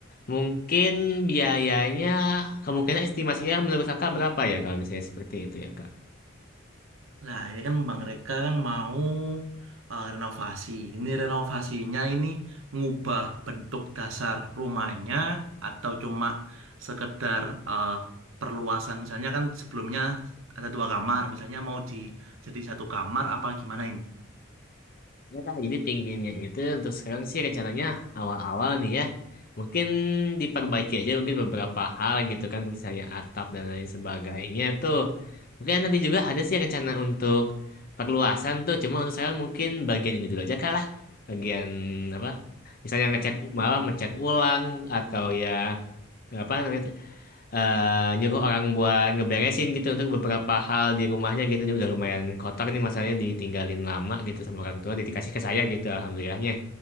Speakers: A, on the left; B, on the right.
A: Mungkin biayanya kemungkinan estimasinya menurut Kakak berapa ya kalau misalnya seperti itu ya Kak?
B: Nah ini kan Bang Reka kan mau eh, renovasi. Ini renovasinya ini ngubah bentuk dasar rumahnya atau cuma sekedar eh, perluasan. Misalnya kan sebelumnya ada dua kamar, misalnya mau di jadi satu kamar apa gimana ini?
A: Ya, Kak. jadi pinginnya itu untuk sekarang sih rencananya awal-awal nih ya. Mungkin diperbaiki aja mungkin beberapa hal gitu kan. Misalnya atap dan lain sebagainya tuh. Mungkin nanti juga ada sih rencana untuk perluasan tuh. Cuma untuk sekarang mungkin bagian ini dulu aja kalah. Bagian apa? Misalnya ngecat malah ngecat ulang atau ya apa namanya tuh, eh nyuruh orang buat ngeberesin gitu untuk beberapa hal di rumahnya gitu ini udah lumayan kotor nih masalahnya ditinggalin lama gitu sama orang tua jadi dikasih ke saya gitu alhamdulillahnya